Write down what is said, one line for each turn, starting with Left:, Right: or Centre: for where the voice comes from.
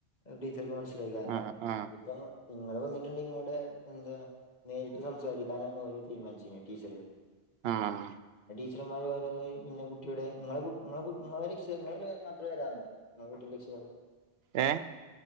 Left: ട്ട്യൾക്ക് മനസ്സിലായി കാരണം
Right: ആഹ് ആഹ്
Left: ഇപ്പം നിങ്ങള് വന്നിട്ടുണ്ട് ഇങ്ങോടെ എന്താ നേരിട്ടു സംസാരിക്കാനാണ്ന്നോരു തീരുമാനിച്ചിന് ടീച്ചറ്.
Right: ഉം
Left: ടീച്ചറുമ്മാരോരോന്നു എഴു പിന്നെ കുട്ടിയുടെ നിങ്ങളെ കുട്ട് നിങ്ങളെ കുട് നിങ്ങളെ രക്ഷിത ങ്ങള് രണ്ടുപേരു മാത്രേ വരാവുന്ന്‌ നിങ്ങളകുട്ടിം രക്ഷിതാവും
Right: ഏ